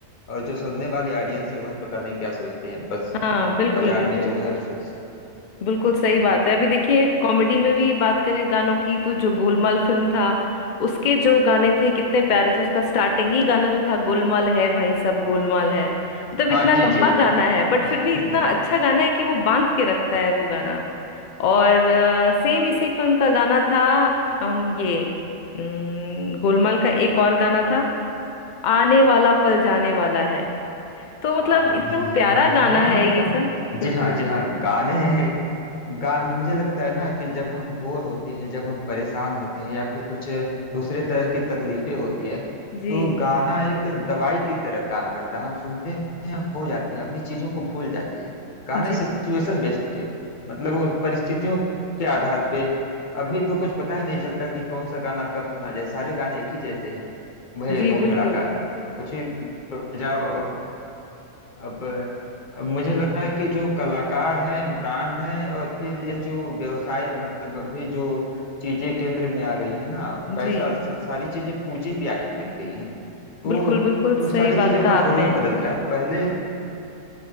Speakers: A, on the left (about 40°); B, on the left (about 75°).
A: और जो सुनने वाले ऑडियंस है वह पता नहीं क्या सोचते हैं बस
B: हाँ बिल्कुल
A: बाजार
B: बिल्कुल
A: में जो है सो-
B: बिल्कुल सही बात है अभी देखिए कॉमेडी में भी बात करें गानों की तो जो गोलमाल फिल्म था उसके जो गाने थे कितने प्यारे थे उसका स्टार्टिंग ही गाना जो था गोलमाल है भाई सब गोलमाल है मतलब
A: हाँ
B: इतना लंबा
A: जी जी
B: गाना है बट
A: <laughs>
B: फिर भी इतना अच्छा गाना है कि वो बांध के रखता है वो गाना और सेम इसी फिल्म का गाना था अम, ये अम, गोलमाल का एक और गाना था आने वाला पल जाने वाला है तो मतलब
A: आने
B: इतना प्यारा
A: वाला
B: गाना है ये
A: पल
B: सब बिल्कुल
A: जी हाँ जी हाँ गाने गा मुझे लगता है ना कि जब हम बोर होते हैं जब हम परेशान होते हैं या फिर कुछ दूसरे तरह की तकलीफें होती है
B: जी
A: तो गाना एक दवाई की तरह काम करता है हम सुनते हैं और खो जाते हैं अपनी चीजों को भूल जाते हैं गाने
B: जी
A: सिचुएशन बेस्ड है मतलब वो परिस्थितियों के आधार पे अभी तो कुछ पता ही नहीं चलता कि कौन सा गाना कब सुना जाए सारे गाने एक ही जैसे हैं वही
B: जी
A: धूम
B: बिल्कुल
A: धड़ाका कुछ भी बजाओ अब अब मुझे लगता है कि जो कलाकार हैं ब्रांड हैं और फिर यह जो व्यवसाय है मतलब अभी जो चीजें केंद्र में आ गई है ना पैसा
B: जी
A: स- सारी चीजें पूंजी पे आके टिक गई हैं तो
B: बिल्कुल बिल्कुल
A: तो सारी
B: सही बात
A: चीजों
B: कहा
A: का स्वरूप
B: आपने
A: बदल गया है पहले